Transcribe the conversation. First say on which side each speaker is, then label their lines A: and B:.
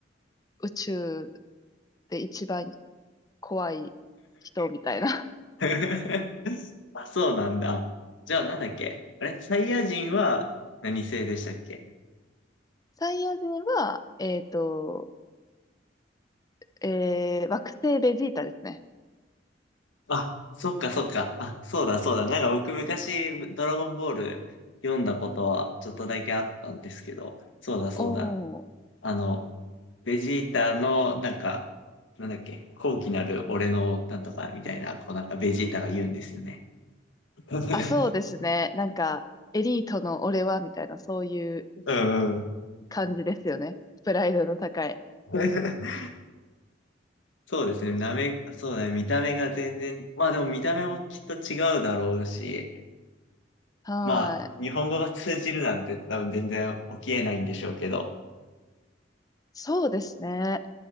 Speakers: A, on the left (about 20°); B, on the left (about 85°).
A: 宇宙で一番怖い人みたいな。
B: <laughs> あ、そうなんだ。じゃあ、なんだっけあれ、サイヤ人は何星でしたっけ
A: <laughs> サイヤ人は、えっと、えー、惑星ベジータですね。
B: あ、そっかそっか。あ、そうだそうだ。なんか僕昔、ドラゴンボール読んだことはちょっとだけあったんですけど、そうだそうだ。
A: おー。
B: あの、ベジータの、なんか、なんだっけ、高貴なる俺のなんとかみたいな、こうなんかベジータが言うんですよね。<laughs>
A: あ、そうですね。なんか、エリートの俺は、みたいな、そういう
B: うんうん。
A: 感じですよね。プライドの高い。
B: <laughs> そうですね、なめ、そうだね、見た目が全然、まあでも見た目もきっと違うだろうし、
A: はーい。
B: まあ、日本語が通じるなんて多分全然起きえないんでしょうけど。
A: そうですね。